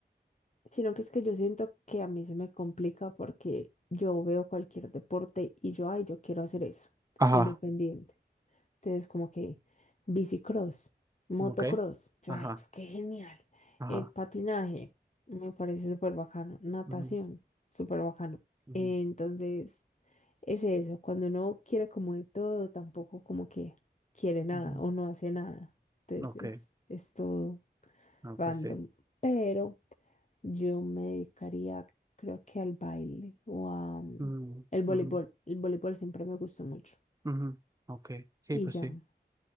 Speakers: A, on the left; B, on the right.
A: Sino que es que yo siento que a mí se me complica porque yo veo cualquier deporte y yo, ay, yo quiero hacer eso,
B: Ajá.
A: independiente. Entonces, como que bicicross, motocross,
B: Ok.
A: yo,
B: Ajá.
A: ay, yo, qué genial.
B: Ajá.
A: Eh, patinaje, me parece súper bacano. Natación,
B: Ujú,
A: súper bacano.
B: ujú,
A: Eh, entonces, es eso, cuando uno quiere como de todo, tampoco como que quiere nada
B: ujú.
A: o no hace nada. Entonces,
B: Ok.
A: es, es todo
B: No,
A: random.
B: pues sí.
A: Pero yo me dedicaría, creo que al baile o a mm,
B: Mm,
A: el voleibol.
B: ujú,
A: El voleibol siempre me gustó mucho.
B: ujú. Ok. Sí,
A: Y
B: pues
A: ya.
B: sí.